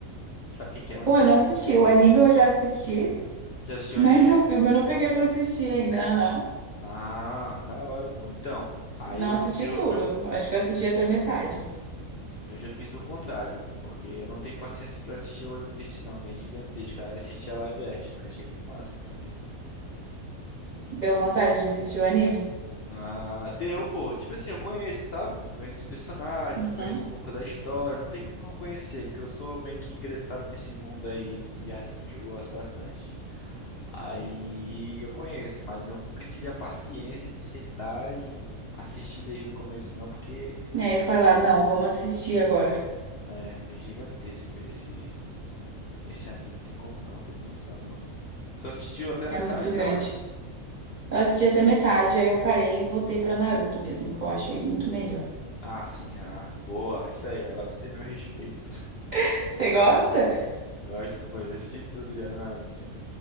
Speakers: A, on the left; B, on the right.
A: Sabe o que que é One
B: Pô,
A: Piece?
B: eu não assisti. O anime eu já assisti,
A: Já assistiu
B: mas
A: anime?
B: o filme eu não peguei pra assistir ainda. Aham.
A: Ah, da hora, pô. Então, aí
B: Não
A: eu,
B: assisti
A: eu,
B: tudo.
A: eu,
B: Acho que
A: fui-
B: eu assisti até metade.
A: eu já fiz o contrário, porque eu não tenho paciência pra assistir One Piece, não, que é gigantesco. Aí eu assisti a live action, que achei muito massa, inclusive.
B: Deu vontade de assistir o anime?
A: Ah, deu, pô. Tipo assim, eu conheço, sabe? Conheço os personagens,
B: Uhum.
A: conheço um pouco da história. Não tem como não conhecer, porque eu sou meio que ingressado nesse mundo aí de anime. Eu gosto bastante. Aí eu conheço, mas eu nunca tive a paciência de sentar e assistir desde o começo, não, porque
B: E aí falar, não, vamos assistir agora.
A: é, é gigantesco esse esse anime. Não Tem como não, não tem condição não. Tu assistiu até a metade,
B: É muito
A: então
B: grande.
A: é?
B: Eu assisti até metade, aí eu parei e voltei pra Naruto mesmo, que eu achei muito melhor.
A: Ah, sim, ah, boa, isso aí. Agora você tem meu respeito.
B: <laughs> Você gosta?
A: <laughs> Gosto, pô, já assisti tudo já, Naruto já.